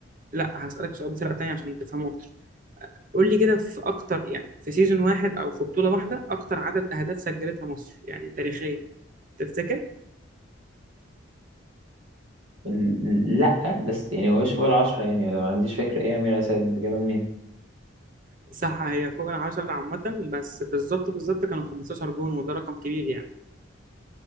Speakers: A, on the right; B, on the right.
A: لا هسالك سؤال بطريقه تانيه عشان تفهمه اكتر قول لي كده في اكتر يعني في سيزون واحد او في بطولة واحدة اكتر عدد اهداف سجلتها مصر يعني تاريخيا تفتكر؟
B: ال- لا بس يعني هو فوق العشرة يعني لو ما عنديش فكرة ايه يا أمير أسد انت جايبها منين
A: صح هي فوق العشرة عامة بس بالظبط بالظبط كانوا 15 جون وده رقم كبير يعني